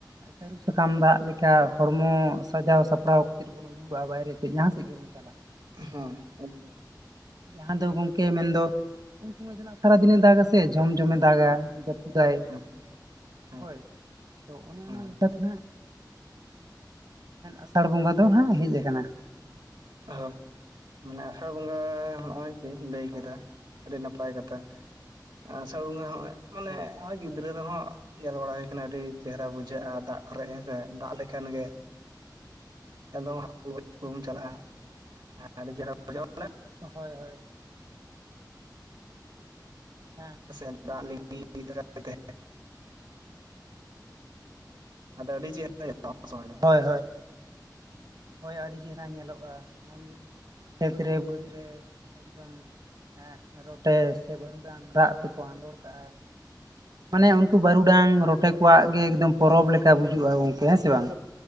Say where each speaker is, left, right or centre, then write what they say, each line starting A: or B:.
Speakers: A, on the right (about 60°); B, on the right (about 85°).
A: ᱥᱟᱹᱨᱩ ᱥᱟᱠᱟᱢ ᱫᱟᱜ ᱞᱮᱠᱟ ᱦᱚᱲᱢᱚ ᱥᱟᱡᱟᱣ ᱥᱟᱯᱲᱟᱣ <unintelligible> <unintelligible> ᱵᱟᱭᱨᱮ ᱥᱮᱫ ᱡᱟᱦᱟᱸ ᱥᱮᱫ ᱜᱮᱵᱚᱱ ᱪᱟᱞᱟᱜ ᱾
B: ᱦᱳᱭ ᱮᱠᱫᱚᱢ ᱮᱠᱫᱚᱢ ᱾
A: ᱡᱟᱦᱟᱸ ᱫᱚ ᱜᱚᱢᱠᱮ ᱢᱮᱱᱫᱚ ᱩᱱ ᱥᱚᱢᱚᱭ ᱫᱚ ᱱᱟᱜ ᱥᱟᱨᱟ ᱫᱤᱱᱮ ᱫᱟᱜᱟᱥᱮ ᱡᱷᱚᱢ ᱡᱷᱚᱢᱮ ᱫᱟᱜᱟ ᱾ <unintelligible>
B: ᱦᱮᱸ ᱦᱮᱸ
A: ᱦᱳᱭ ᱾ ᱛᱚ ᱚᱱᱮ
B: ᱦᱮᱸ
A: ᱚᱱᱟ ᱞᱮᱠᱟᱛᱮ ᱱᱟᱜ ᱟᱥᱟᱲ ᱵᱚᱸᱜᱟ ᱫᱚ ᱱᱟᱜ ᱦᱮᱡ ᱟᱠᱟᱱᱟ ᱾
B: ᱦᱳᱭ ᱢᱟᱱᱮ ᱟᱥᱟᱲ ᱵᱚᱸᱜᱟ ᱱᱚᱜ ᱚᱭ ᱡᱮ ᱞᱟᱹᱭ
A: ᱦᱳᱭ
B: ᱠᱮᱫᱟ ᱟᱹᱰᱤ ᱱᱟᱯᱟᱭ ᱠᱟᱛᱷᱟ ᱾ ᱟᱥᱟᱲ ᱵᱚᱸᱜᱟ ᱦᱚᱜᱼᱚᱭ ᱢᱟᱱᱮ
A: ᱦᱳᱭ
B: ᱦᱚᱸᱼᱜᱚᱭ ᱜᱤᱫᱽᱨᱟᱹ ᱨᱮᱦᱚᱸ ᱾ ᱧᱮᱞ ᱵᱟᱲᱟ ᱦᱩᱭ ᱠᱟᱱᱟ ᱟᱹᱰᱤ ᱪᱮᱦᱨᱟ ᱵᱩᱡᱷᱟᱹᱜ-ᱟ ᱫᱟᱜ ᱠᱚᱨᱮ ᱦᱮᱸᱥᱮ ᱫᱟᱜ ᱞᱮᱠᱷᱟᱱ ᱜᱮ ᱾ <unintelligible> ᱦᱟᱹᱠᱩ ᱜᱚᱡ ᱠᱚᱢ ᱪᱟᱞᱟᱜ-ᱟ? ᱟᱰᱤ ᱪᱮᱦᱨᱟ ᱵᱩᱡᱷᱟᱹᱣᱼᱟ <unintelligible>
A: ᱦᱳᱭ ᱦᱳᱭ ᱦᱮᱸ
B: <unintelligible> ᱫᱟᱜ ᱞᱤᱸᱜᱤ ᱛᱟᱦᱮᱱ ᱾ <unintelligible> ᱟᱹᱰᱤ ᱪᱮᱦᱨᱟ <unintelligible>
A: ᱦᱳᱭ ᱦᱳᱭ ᱦᱳᱭ, ᱟᱹᱰᱤ ᱪᱮᱦᱨᱟ ᱧᱮᱞᱚᱜ-ᱟ ᱾ ᱠᱷᱮᱛ ᱨᱮ ᱵᱟᱹᱫᱽ ᱨᱮ ᱮᱠᱫᱚᱢ ᱾ ᱨᱚᱴᱮ ᱥᱮ ᱵᱟᱹᱨᱩ ᱰᱟᱝ ᱨᱟᱜ ᱛᱮᱠᱚ ᱟᱸᱫᱳᱲ ᱠᱟᱜᱼᱟ ᱾ ᱢᱟᱱᱮ ᱩᱱᱠᱩ ᱵᱟᱹᱨᱩ ᱰᱟᱝ ᱨᱚᱴᱮ ᱠᱚᱣᱟᱜ ᱜᱮ ᱮᱠᱫᱚᱢ ᱯᱚᱨᱚᱵᱽ ᱞᱮᱠᱟ ᱵᱩᱡᱟᱹᱜᱼᱟ ᱜᱚᱝᱠᱮ ᱦᱮᱸ ᱥᱮᱮ ᱵᱟᱝ?